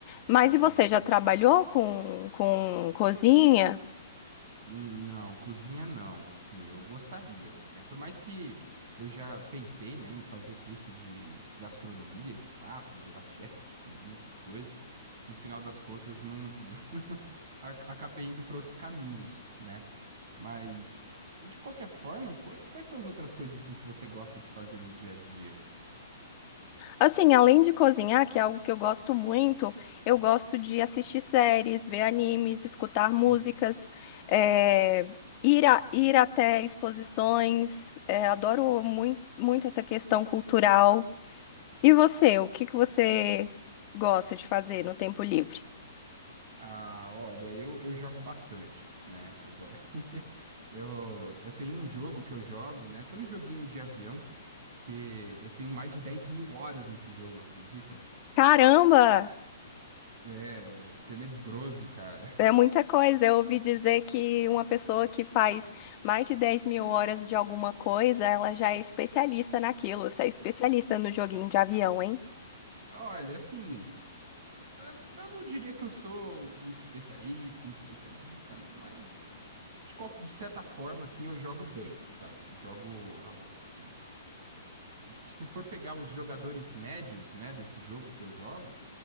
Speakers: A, on the left; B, on the right.
A: Mas
B: Entendi.
A: e você já trabalhou com, com cozinha?
B: Não, cozinha não, assim, eu gostaria, né? Por mais que eu já pensei, né, em fazer curso de gastronomia, de fato, virar chefe de cozinha, essas coisas, no final das contas não <laughs> a- acabei indo para outros caminhos, né? Mas de qualquer forma, qu- quais são as outras coisas assim que você gosta de fazer no dia a dia?
A: Assim, além de cozinhar, que é algo que eu gosto muito, eu gosto de assistir séries, ver animes, escutar músicas,
B: Hum?
A: eh, ir, a- ir até exposições. eh, adoro muito, muito essa questão cultural. E você, o que que você gosta de fazer no tempo livre?
B: Ah, olha, eu, eu jogo bastante, né? Eu, go- <laughs> eu, eu tenho um jogo que eu jogo, né? Que é um joguinho de avião. que eu tenho mais de dez mil horas nesse jogo, acredita?
A: Caramba!
B: É tenebroso, cara.
A: É muita coisa. Eu ouvi dizer que uma pessoa que faz mais de 10 mil horas de alguma coisa, ela já é especialista naquilo. Você é especialista no joguinho de avião, hein?
B: <laughs> Olha, assim, eu eu não diria que eu sou um especialista, um especialista, né? Mas de, qual- de certa forma, assim, eu jogo bem, sabe? Eu jogo. a- o- o- Se for pegar os jogadores médios, né, desse jogo que eu jogo,